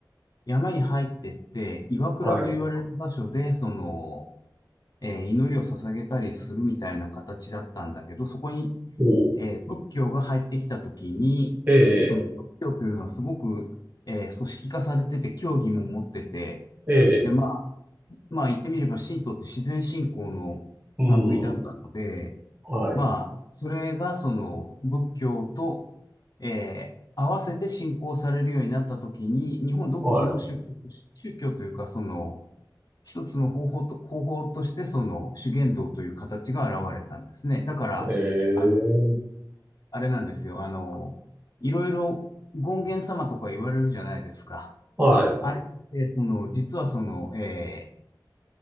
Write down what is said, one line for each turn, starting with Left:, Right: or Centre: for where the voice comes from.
Left: 山に入ってって、岩倉と言われる場所で、
Right: はい、
Left: その、えー祈りを捧げたりするみたいな形だったんだけど、そこに
Right: おう、
Left: えー仏教が入ってきたときに、
Right: ええ、
Left: その仏教というのはすごく、えー組織化されてて、教義も持ってて、
Right: ええ、
Left: で、まあ、まあ言ってみれば神道って自然信仰の
Right: う
Left: 類だったので、
Right: ん、はい、
Left: まあ、それがその仏教と、えー合わせて信仰されるようになったときに、日本独自の宗教とし、
Right: はい、
Left: 宗教というか、その、一つの方法と、方法として、その、修験道という形が現れたんですね。だから、
Right: ええ、
Left: ああれなんですよ。あの、いろいろ権現様とか言われるじゃないですか。
Right: はい、
Left: あれって、その、実はその、えー